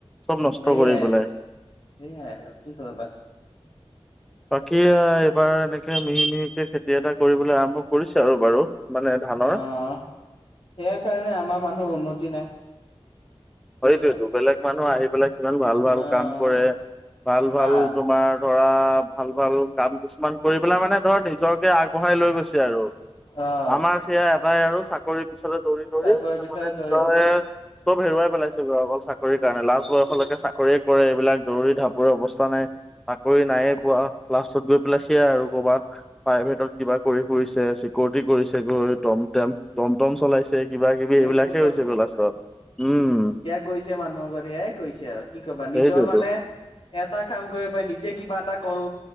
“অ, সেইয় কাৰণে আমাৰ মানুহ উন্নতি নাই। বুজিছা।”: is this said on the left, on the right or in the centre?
Left